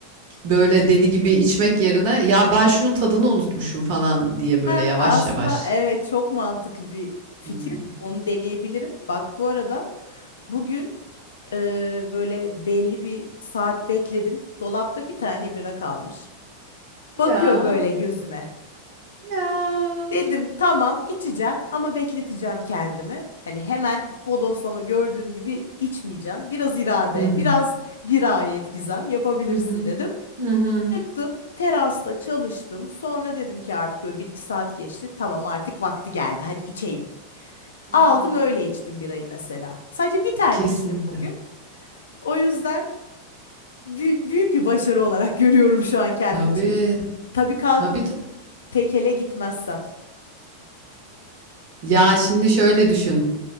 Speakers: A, on the right; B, on the left.
A: böyle deli gibi içmek yerine ya ben şunun tadını unutmuşum falan diye böyle
B: Heh,
A: yavaş
B: aslında
A: yavaş.
B: evet çok mantıklı bir fikir.
A: Hmm.
B: Onu deneyebilirim. Bak bu arada bugün e, böyle belli bir saat bekledim. Dolapta bir tane bira kalmış.
A: Ya
B: Bakıyor böyle gözüme.
A: ya.
B: Dedim tamam içeceğim ama bekleteceğim kendimi. Hani hemen bodoslama gördüğüm gibi içmeyeceğim. Biraz irade,
A: Hı hı.
B: biraz dirayet Gizem yapabilirsin
A: Hı hı.
B: dedim.
A: Hı hı.
B: Çıktım, terasta çalıştım. Sonra dedim ki artık böyle bir iki saat geçti. Tamam artık vakti geldi. Hadi içeyim.
A: Hı
B: Aldım
A: hı.
B: öyle içtim birayı mesela. Sadece bir tane
A: Kesinlikle.
B: içtim bugün. O yüzden büyük, büyük bir başarı olarak görüyorum şu an kendim
A: Tabii,
B: için. Tabii kalkıp
A: tabii, tabii.
B: tekele gitmezsem.
A: Ya, şimdi şöyle düşün,